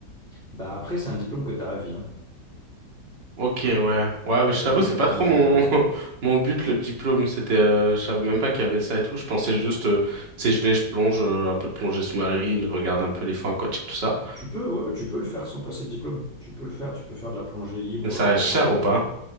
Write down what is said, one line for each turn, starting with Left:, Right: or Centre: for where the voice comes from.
Centre: Bah après, c'est un diplôme que tu as à vie, hein.
Right: Ok, ouais. Ouais, bah,
Centre: Ça
Right: je
Centre: te permet
Right: t'avoue, c'est
Centre: de plonger,
Right: pas trop mon
Centre: euh, ouais.
Right: <laughs> mon but le diplôme. C'était, euh, je savais même pas qu'il y avait ça et tout. Je pensais juste, euh, tu sais, je vais, je plonge euh, un peu de plongée sous-marine, je regarde un peu les fonds aquatiques, tout ça.
Centre: Tu peux, ouais, ouais, tu peux le faire sans passer de diplôme. Tu peux le faire, tu peux faire de la plongée libre.
Right: Mais ça
Centre: euh,
Right: reste
Centre: Enfin,
Right: cher ou pas?